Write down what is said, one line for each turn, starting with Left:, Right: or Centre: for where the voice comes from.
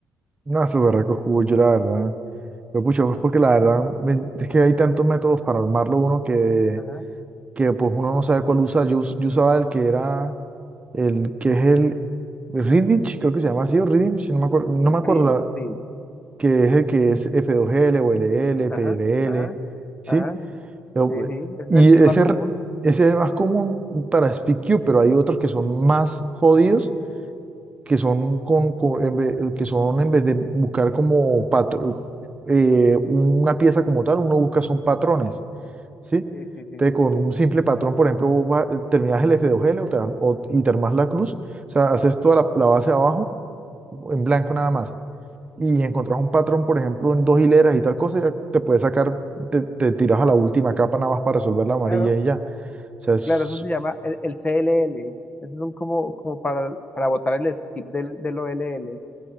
Right: No, esos berracos cubos, yo la verdad. Pero pucha, pues porque la verdad me- es que hay tantos métodos para armarlo uno que
Left: Ajá,
Right: que pues uno no sabe cuál usar. Yo, us- yo usaba el que era, el que es el Quidditch, creo que se llama así, o Quidditch, no me acuerdo, no
Left: el
Right: me acuerdo
Left: free,
Right: la-
Left: free.
Right: que es el que es F2L o LL,
Left: Ajá,
Right: PLL,
Left: ajá,
Right: ¿sí?
Left: ajá.
Right: Yo,
Left: Sí,
Right: eh,
Left: sí, ese es
Right: Y
Left: el,
Right: ese,
Left: el más común.
Right: r- ese es el más común para SpeakQ, pero hay otros que son más jodidos, que son, con, con- en vez, que son en vez de buscar como patro- eh, una pieza como tal, uno busca son patrones. ¿sí?
Left: Sí, sí, sí,
Right: Te,
Left: sí.
Right: con un simple patrón, por ejemplo, vos va- terminás el F2L o te, o- y te armás la cruz, o sea, haces toda la, la base abajo en blanco nada
Left: Sí,
Right: más. Y encontrás un patrón, por ejemplo, en dos hileras y tal cosa, ya te puedes sacar, te, te tiras a la última capa nada más para resolver la amarilla
Left: claro,
Right: y ya. O sea, es-
Left: claro, eso se llama el, el c l l Eso son como, como para, para botar el skip del, del o l l